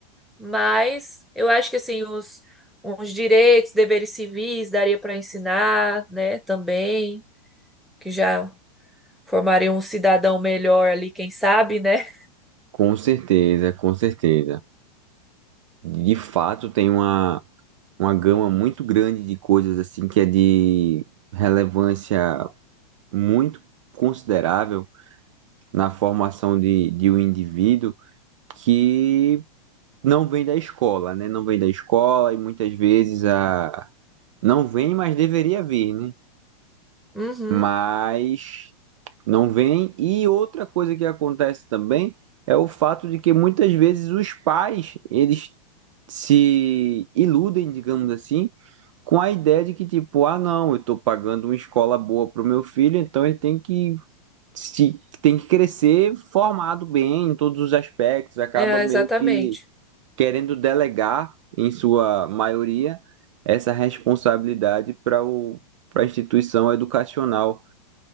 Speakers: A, in the centre; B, on the right (about 50°).
A: mas eu acho que assim os, os direitos, deveres civis daria para ensinar, né? Também que já formaria um cidadão melhor ali, quem sabe, né?
B: Com certeza, com certeza. De fato, tem uma, uma gama muito grande de coisas assim que é de relevância muito considerável na formação de, de um indivíduo. que não vem da escola, né? Não vem da escola e muitas vezes a não vem, mas deveria vir, né?
A: Uhum,
B: Mas não vem. E outra coisa que acontece também é o fato de que muitas vezes os pais, eles se iludem, digamos assim, com a ideia de que tipo, ah, não, eu estou pagando uma escola boa para o meu filho, então ele tem que se tem que crescer formado bem em todos os aspectos, acaba
A: é,
B: meio
A: exatamente.
B: que querendo delegar, em sua maioria, essa responsabilidade para o, para a instituição educacional.